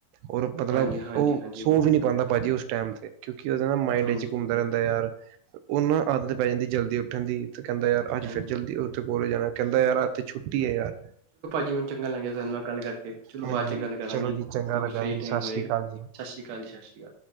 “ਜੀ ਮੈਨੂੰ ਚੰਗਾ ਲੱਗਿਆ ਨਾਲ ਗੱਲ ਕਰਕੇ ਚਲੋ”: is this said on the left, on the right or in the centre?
Right